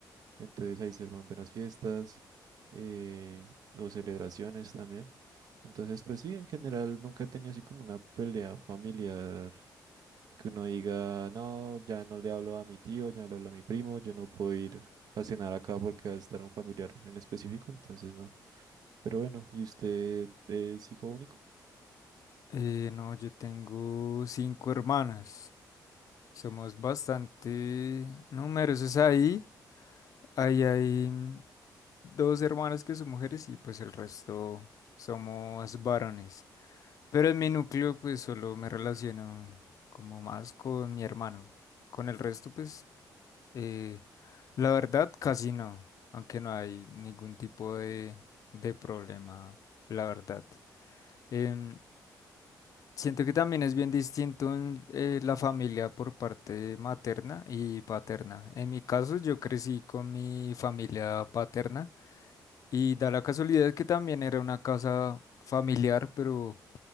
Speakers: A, on the right; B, on the left.
A: Entonces ahí se arman buenas fiestas eh, o celebraciones también. Entonces, pues sí, en general nunca he tenido así como una pelea familiar que uno diga, no, ya no le hablo a mi tío, ya no le hablo a mi primo, yo no puedo ir a cenar acá porque va a estar un familiar en específico, entonces no. Pero bueno, ¿y usted es hijo único?
B: Eh, no, yo tengo cinco hermanas. Somos bastante numerosos ahí. Ahí hay mm, dos hermanas que son mujeres y pues el resto somos varones. Pero en mi núcleo pues solo me relaciono como más con mi hermano. Con el resto pues eh, la verdad casi no, aunque no hay ningún tipo de, de problema, la verdad. Em, siento que también es bien distinto en, eh, la familia por parte materna y paterna. En mi caso yo crecí con mi familia paterna y da la casualidad que también era una casa familiar, pero...